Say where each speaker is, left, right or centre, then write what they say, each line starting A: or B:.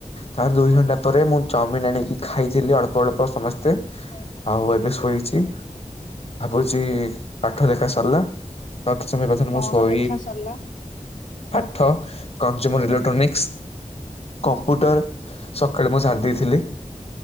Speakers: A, on the left; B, on the left.
A: ତାର ଦୁଇ
B: ଆଜ୍ଞା
A: ଘଣ୍ଟା ପରେ ମୁଁ ଚାଉମିିନ ଆଣିକି ଖାଇଥିଲି। ଅଳ୍ପ ଅଳ୍ପ ସମସ୍ତେ। ଆଉ
B: ଆଜ୍ଞା
A: ଏବେ ଶୋଇଛି। ଭାବୁଛି ପାଠ ଲେଖା ସରିଲା। ତା କି ସମୟ <unintelligible>
B: କଣ
A: ମୁଁ ଶଇଫ
B: ଲେଖା ସରିଲା?
A: ପାଠ, କଂଜୁମର, ଇଲେକ୍ଟ୍ରୋନିକ୍ସ, କମ୍ପ୍ୟୁଟର ସ କହିଲେ ମୁଁ ସାରି ଦେଇଥିଲି।